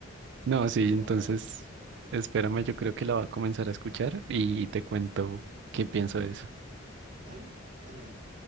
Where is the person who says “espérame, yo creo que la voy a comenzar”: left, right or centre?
Right